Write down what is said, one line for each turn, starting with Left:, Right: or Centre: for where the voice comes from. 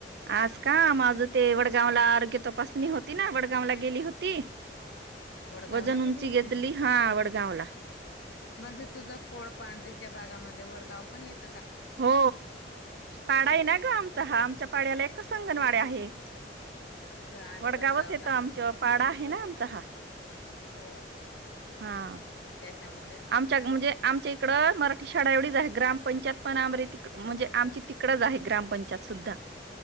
Right: आज का माझं ते वडगावला आरोग्य तपासणी होती ना वडगावला गेली होती.
Left: वडगावला
Right: वजन
Left: गेली
Right: उंची
Left: होती.
Right: घेतली हा वडगावला
Left: म्हणजे तुझ कोळपांढरीच्या भागामध्ये वडगाव पण येत.
Right: हो पाडा आहे ना ग आमचा. हा आमच्या पाड्याला एक संगणवाड्या आहे.
Left: असं आणि
Right: वडगावच
Left: वडगावला
Right: येतं आमच पाडा आहे ना आमचा हा.
Left: हम.
Right: हा.
Left: त्याच्यामुळे.
Right: आमच्या म्हणजे आमच्या इकडं मराठी शाळा एवढीच आहेत. ग्रामपंचायत. पण आमच्या तिकड म्हणजे. आमच्या तिकडच आहे ग्रामपंचायत सुद्धा.